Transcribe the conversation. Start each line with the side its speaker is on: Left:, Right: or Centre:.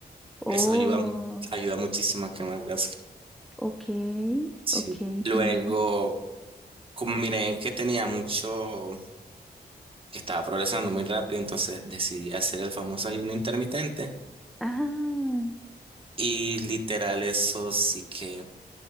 Centre: Oh,
Right: Eso ayuda, ayuda muchísimo a quemar grasa.
Centre: ok,
Right: Sí.
Centre: ok,
Right: Luego,
Centre: genial.
Right: como miré que tenía mucho, que estaba progresando muy rápido, entonces decidí hacer el famoso ayuno intermitente.
Centre: Ah,
Right: Y literal eso sí que